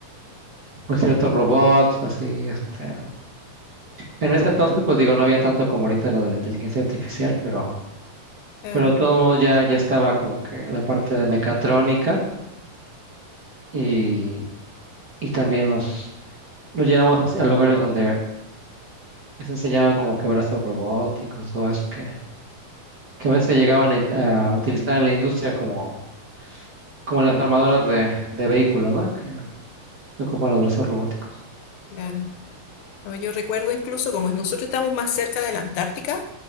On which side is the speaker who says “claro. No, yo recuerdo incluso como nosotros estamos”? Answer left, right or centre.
Left